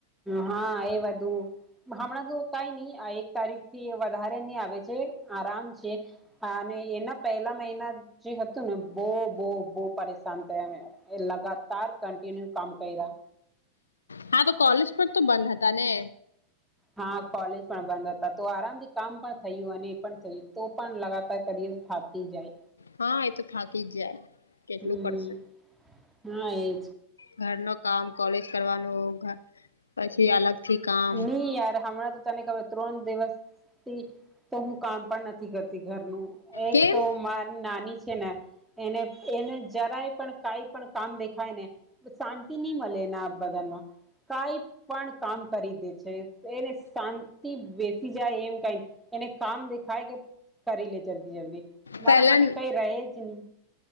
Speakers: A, in the centre; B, on the left.
A: હા એ બધું હમણાં તો કઈ નઈ એક તારીખ થી વધારે ન આવે છે આરામ છે અને એના પહેલા મહિના જે હતું ને બહ બો બહ પરેશાન થયા અ એ લગાતાર કન્ટિન્યુ કામ કર્યા
B: હા તો કોલેજ પણ તો બંધ હતા ને
A: હા કોલેજ પણ બંધ હતા તો આરામથી કામ પણ થયું અને થઈએ તો પણ લગાતાર કરી થાતી જાય
B: હા એ તો થાકી જ જાય કેટલું
A: હમ
B: કરશે
A: હા એજ
B: ઘર ન કામ કોલેજ કરવાનું પછી અલગ થી કામ
A: નહી યાર હણાં તો તને ખબર ત્રણ દિવસથી તો હું કામ પણ નથી કરતી ઘરનું એક
B: કેમ
A: તો મારી નાની છે ને એને એને જરાય પણ કઈ પણ કામ દેખાય ને શાંતિ નહી મળે એના બધનમાં કઈ પણ કામ કરી દે છે એને શાંતિ બેસી જાય એમ કઈ એને કામ દેખાય કે કરી લે જલ્દી જલ્દી
B: પહેલા
A: મારા માટે કઈ રહે જ નહી